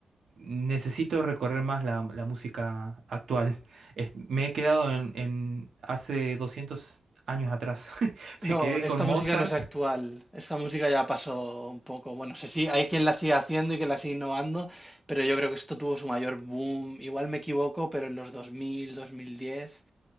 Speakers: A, on the right; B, in the centre.
A: necesito recorrer más la, la música actual. Es- me he quedado en, en hace 200 años atrás. <laughs> Me
B: No,
A: quedé
B: esta
A: con Mozart.
B: música no es actual. Esta música ya pasó un poco. Bueno, sé si hay quien la sigue haciendo y quien la sigue innovando, pero yo creo que esto tuvo su mayor boom. Igual me equivoco, pero en los 2000, 2010.